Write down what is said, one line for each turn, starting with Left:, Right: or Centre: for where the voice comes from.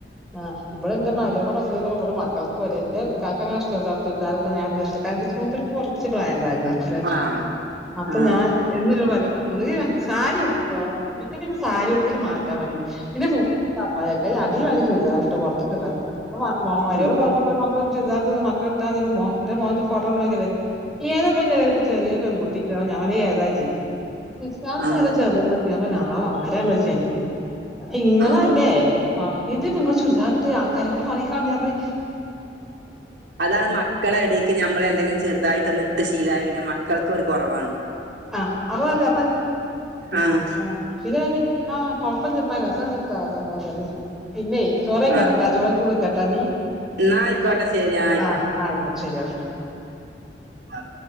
Centre: ആ ഇവിടെ എന്റെ മാര്യളെ പ്ര ഞങ്ങളെ ഇബടെ മകൾക് വരെ ഇന്റെ ഇക്കാക്കാ കഷ്ട്ടാ ചുരിദാർ ഒകെ ഇടണേ ഞൻ ഇടണേ ഇഷ്ടല്ല കാരണംന്തേച്ചാ മൂപ്പർക്ക് കൊർച് പ്രയംണ്ടായിരുന്നു ഉം
Right: ആഹ്
Centre: അപ്പൊ
Right: ആഹ്
Centre: ഞാൻ ഇപ്പനോട്‌, പറിംഒന്ന്ങ്കിസാരി ഉടുത്തട്ടോ പിന്നെ പിന്നെ സാരി കൊടുക്കല് മാറ്റാൻ പിന്നെ ഫുൾ അബായ അടില് വാണ ങ്ങിചുരിതാർഇട്ടോ പുറത്തക്ക് ഇപ്പൊ, മ മരുമക്കൾ
Right: ഉം
Centre: പോകുമ്പോഇമ്മിമക്കളും ചുരിദർട്ട് <unintelligible> ഇാന്റെ മോൻ ഫോട്ടോകണ്ട് ച്ചോയിക്കല്ലേ ഏതപ്പോ ആയിലൊരുചെറിയ പെണ്ണ് കുട്ടി നിക്ക്ണെ ഞാ അവന് ഏതാച്ച് <unintelligible>
Right: ആഹ്
Centre: നിങ്ങളല്ലേ
Right: ആഹ്
Centre: എന്ത്യ നിങ്ങള് ചുരിദാർട്ട് ആൾക്കാരെക്കൊണ്ട് പറയിക്കാണ്ട് ഞ
Right: അതാണ്, മക്കളെ എടക്ക് നമ്മൾ എന്തെങ്കിലും ചെറുതായിടട്ടോന്ന് ട്ട് ശീലായപിന്നെ മക്കൾക്ക് ഒരു കുറവാണ്
Centre: ആ അപ്പറ അപ്പറ
Right: ആഹ്
Centre: ആ പിന്നെ പറഞ്ഞു ആ കൊഴപ്പല്ല മ്മാ രസംണ്ട്ട്ടോ സംഭവം പറഞ്ഞു പിന്നെ ചോറ് കഴിക്കട്ടെട്ടോ,
Right: ആഹ്
Centre: ചോറ്കഴിച്ചിട്ട് വിളിക്കാട്ടോ. നീ
Right: എന്നാ ആയിക്കോട്ടെ ശരി ആഹ്
Centre: ആ ആയിക്കോട്ടെ ശരിഒക്കെ. ശ
Right: ആഹ